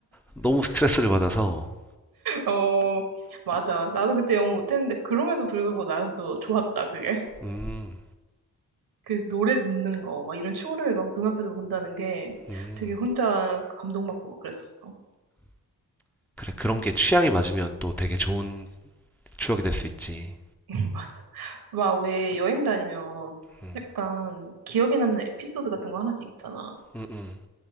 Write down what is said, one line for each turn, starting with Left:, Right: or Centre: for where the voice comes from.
Centre: 너무 스트레스를 받아서
Right: 어, 맞아. 나도 그때 영어 못했는데, 그럼에도 불구하고 나는 또 좋았다, 그게.
Centre: 음,
Right: 그 노래 듣는 거, 막 이런 쇼를 막 눈앞에서 본다는 게
Centre: 음,
Right: 되게 혼자 감동받고 막 그랬었어.
Centre: 그런 게 취향이 맞으면 또 되게 좋은 추억이 될 수 있지.
Right: <laughs> 맞아. 막 왜 여행 다니면
Centre: 음.
Right: 약간 기억에 남는 에피소드 같은 거 하나씩 있잖아.
Centre: 음, 음.